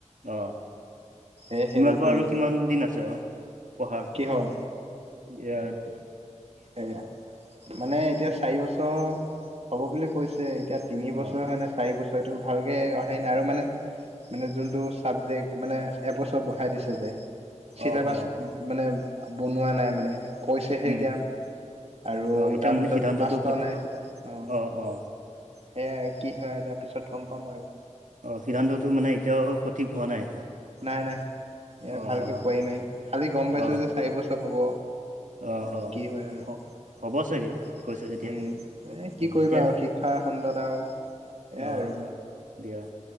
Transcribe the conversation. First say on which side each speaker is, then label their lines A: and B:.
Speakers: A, on the right; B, on the right.
A: অ
B: এ সেইবোৰ
A: তোমোক
B: কৰি
A: আৰু
B: আছো
A: কিমান দিন আছে অ পঢ়াৰ।
B: কিহৰ
A: ইয়াত।
B: এয়া মানে এতিয়া চাৰি বছৰ হ'ব বুলি কৈছে এতিয়া। তিনি
A: অ
B: বছৰ হয় নে চাৰি বছৰটো ভালকে অহাই নাই আৰু মানে। মানে যোনটো ছাবজেক্ট মানে এবছৰ বঢ়াই দিছে যে। চিলেবাচ
A: অ অ
B: মানে বনোৱা নাই মানে কৈছেহে
A: উম
B: এতিয়া। আৰু
A: অ এতিয়া
B: তাৰপিছত
A: মানে সিদ্ধান্তটো
B: মাছট
A: সত
B: নাই অঁ।
A: অ অ
B: সেয়াই আৰু কি হয় তাৰ পিছত গম পাম আৰু।
A: অ সিদ্ধান্ততটো মানে এতিয়াও সঠিক হোৱা নাই।
B: নাই নাই ইয়াৰ
A: অ
B: ভালকৈ
A: অ
B: কোৱাই নাই খালি গম পাইছোঁ
A: অ
B: যে চাৰি বছৰ হ'ব।
A: অ অ
B: কি হয় আৰু।
A: হ
B: উম
A: হ'ব চাগে কৈছে যেতিয়া
B: এ
A: উম
B: কি কৰিবা
A: এতিয়া
B: আৰু শিক্ষা খণ্ডত আৰু। এয়াই
A: অ
B: আৰু
A: দিয়া